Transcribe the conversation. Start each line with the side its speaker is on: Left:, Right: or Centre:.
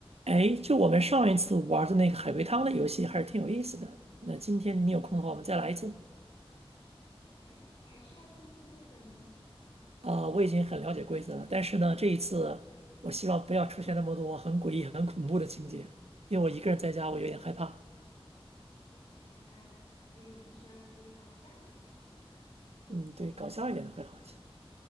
Right: 哎，就我们上一次玩的那个海龟汤的游戏还是挺有意思的。那今天你有空的话，我们再来一次。
Left: 好呀，好呀，你还需要听一听规则吗？
Right: 啊、我已经很了解规则了，但是呢，这一次我希望不要出现那么多很诡异、很恐怖的情节，因为我一个人在家，我有点害怕。
Left: 我也会害怕的，但是我们需要一些搞笑一点的，对吧？
Right: 嗯，对，搞笑一点的会好一些。